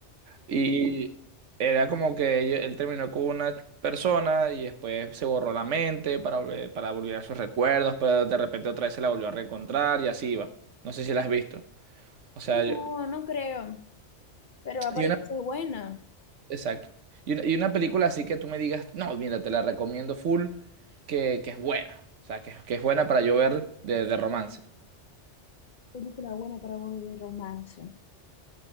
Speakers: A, on the right; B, on the left.
A: Y era como que ella- él terminó con una persona y después se borró la mente para volver, para volver a sus recuerdos, pero de repente otra vez se la volvió a reencontrar y así iba. No sé si la has visto. O sea,
B: Ujú.
A: yo-
B: No, no creo. Pero aparentemente
A: y una,
B: es buena.
A: exacto. Y una, y una película así que tú me digas, no, mira, te la recomiendo full, que, que es buena. O sea, que, que es buena para yo ver de, de romance.
B: Película buena para vos de romance.